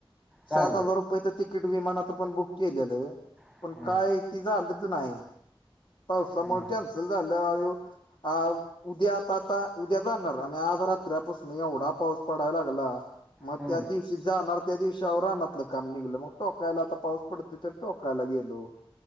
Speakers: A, in the centre; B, on the left (about 55°).
A: काय
B: सात
A: हो
B: हजार रुपयच तिकीट विमानाचं पण बुक केलेलं.
A: हम्म
B: पण काय ते झालंच नाय. पावसामुळे
A: हम्म हम्म
B: कॅन्सल झालं <unintelligible> उद्या आता आता उद्या जाणार आणि आज रात्रीपासून एवढा पाऊस पडाय लागला मग
A: हम्म
B: त्या दिवशी जाणार त्यादिवशी आओ राहनातलं काम निघलं. मग टोकायला आता पाऊस पडतोय तर टोकायला गेलो.